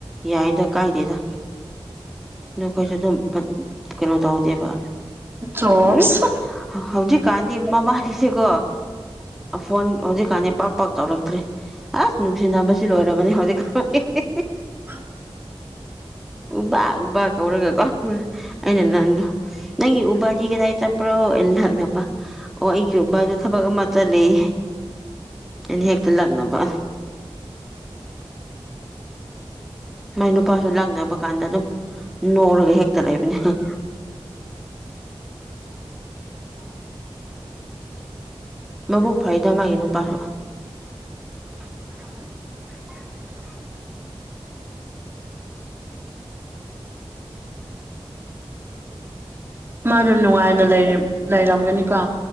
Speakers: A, in the centre; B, on the right.
A: ꯌꯥꯏꯗ ꯀꯥꯏꯗꯦꯗ
B: <inaudible>
A: ꯅꯈꯣꯏꯁꯨ ꯑꯗꯨꯝ ꯄꯠ ꯀꯩꯅꯣ ꯇꯧꯗꯦꯕ
B: ꯖꯣꯁ
A: ꯎꯝ ꯍꯧꯖꯤꯛꯀꯥꯟꯗꯤ ꯃꯕꯥꯅꯤꯁꯦꯀꯣ ꯐꯣꯟ ꯍꯧꯖꯤꯛꯀꯥꯟꯗꯤ ꯄꯥꯛ ꯄꯥꯛ ꯇꯧꯔꯛꯇ꯭ꯔꯦ ꯑꯁ ꯅꯨꯡꯁꯤꯅꯕꯁꯨ ꯂꯣꯏꯔꯕꯅꯦ ꯍꯧꯖꯤꯛꯀꯥꯟ <unintelligible>
B: <inaudible>
A: ꯎꯕ ꯎꯕ ꯀꯧꯔꯒ ꯀꯧꯔꯒ ꯑꯩꯅ ꯅ ꯅꯪꯒꯤ ꯕꯥꯗꯤ ꯀꯗꯥꯏ ꯆꯠꯄ꯭ꯔꯣ ꯑ ꯅꯛꯅꯕ ꯑꯣ ꯑꯩꯒꯤꯕꯗ ꯊꯕꯛ ꯑꯃꯠꯇ ꯂꯩ ꯏꯅꯤ ꯍꯦꯛꯇ ꯂꯛꯅꯕ ꯃꯥꯏ ꯅꯨꯄꯥꯁꯨ ꯂꯛꯅꯕ ꯀꯥꯟꯗ ꯑꯗꯨꯝ ꯅꯣꯔꯒ ꯍꯦꯛꯇ ꯂꯩꯕꯅꯦ ꯎꯝ
B: <inaudible>
A: ꯃꯕꯨꯛ ꯐꯩꯗ ꯃꯥꯏ ꯅꯨꯄꯥꯁꯨ <inaudible>
B: ꯃꯥ ꯗꯨ ꯅꯨꯡꯉꯥꯏꯅ ꯂꯩ ꯂꯩꯔꯝꯒꯅꯤꯀꯣ